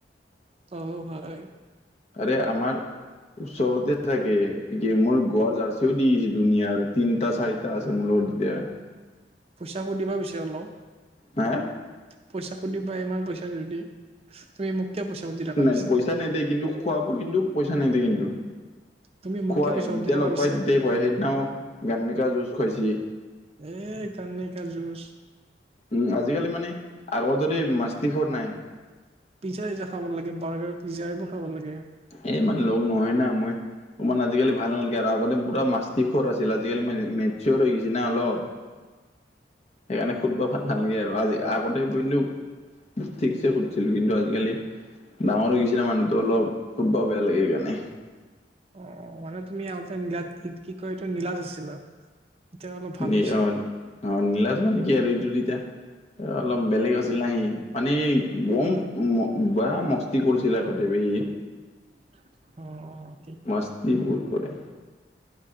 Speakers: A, on the right; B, on the left.
A: অহ, হয়।
B: আৰে আমাৰ ওচৰতে থাকে গেমৰ গুৱা জাৰ্চিও দি দিছে দুুনীয়াৰ তিনিটা চাৰিটা। টা আছে মোৰ লগত এতিয়া।
A: পইচা সুধিবা পিছে অলপ।
B: হা!
A: পইচা সুধিবা, ইমান পইচা যদি। তুমি মোক কিয় পইচা সুধি থাকা
B: নাই
A: পিছে
B: পইচা নেদেয়, কিন্তু খোৱাব কিন্তু পইচা নেদেয় কিন্তু।
A: তুমি মোক
B: খুৱায়
A: কিয় পইচা
B: যেতিয়া
A: সুধি থাকা
B: লগ
A: পিছে
B: পাই তেতিয়াই খুৱায়, সেইদিনাও গাননেকা জুছ খুৱাইছে।
A: এই গাননেকা জুছ।
B: উম, আজিকালি মানে আগৰ দৰে মাষ্টীকৰ নাই।
A: পিজ্জা-চিজ্জা খাব লাগে, বাৰগাৰ পিজ্জা এইবোৰ খাব লাগে।
B: এই ইমান লগ নহয় না মই। অকমান আজিকালি ভাল নালাগে আৰু আগতে পুৰা মাষ্টিকৰ আছিল, আজিকালি মানে মেটচৰ হৈ গৈছে না অলপ।
A: <inaudible>
B: সেইকাৰণে সুধবা ভাল নালাগে আৰু আজি আ-আগতে কিন্তু ঠিকছে সুধছিলোঁ কিন্তু আজিকালি ডাঙৰ হৈ গেইছিনা মানুহটো অলপ। সুধবাও বেয়া লাগে সেইকাৰণে।
A: অহ, মানে তুমি আগতে নীলাগ, কি-কি কয় এইটো নীলাজ আছিলা। এতিয়া অলপ ভাল
B: নী
A: হৈছা
B: অহ'। অহ, নীলাজ মানে কি আৰু এইটো তেতিয়া অলপ বেলেগ আছিল ন' সি। মানে বম
A: অ
B: বেয়া মস্তি কৰিছিল আগতে বে সি।
A: অহ।
B: মাস্তি বহুত কৰে।